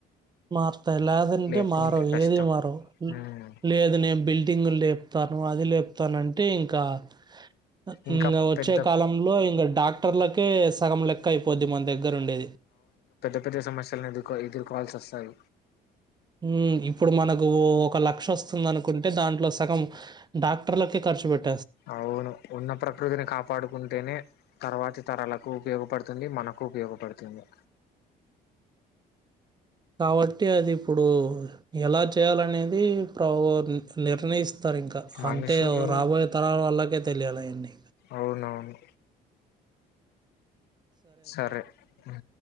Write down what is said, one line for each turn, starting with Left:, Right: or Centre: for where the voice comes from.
Right: మారుతాయి లేదంటే
Left: లేకుంటే
Right: మారవు
Left: కష్టం
Right: ఏది మారవు
Left: ఉమ్
Right: లేద నేను బిల్డింగ్ లేపుతాను అది లేపుతానంటే ఇంకా కా
Left: ఇంకా
Right: ఇంగ వచ్చే
Left: పెద్ద
Right: కాలంలో ఇంగ టాక్ టాక్టర్లకే సగం లెక్క అయిపోద్ది మన దగ్గర ఉండేది.
Left: పెద్ధ పెద్ద సమస్యలను ఎదుర్కో ఎదుర్కోవాల్సి వస్తాయి
Right: ఊ ఇప్పుడు మనకు ఒక లక్ష వస్తుంది అనుకుంటే దాంట్లో సగం డాక్టర్లకే ఖర్చు పెట్
Left: అవును ఉన్న ప్రకృతిని కాపాడుకుంటేనే తర్వాతి తరాలకు ఉపయోగపడుతుంది మనకు ఉపయోగపడుతుంది.
Right: కాబట్టి అది ఇప్పుడు ఎలా చేయాలనేది ది ప్రూ నిఫ్లెర్ తనే ఇస్త్ స్తారు ఇంకా
Left: మనుషులు
Right: అంటే రాబోయే తరాల వల్లకే తెలియాలి అయన్ని
Left: అవునవును సరే అ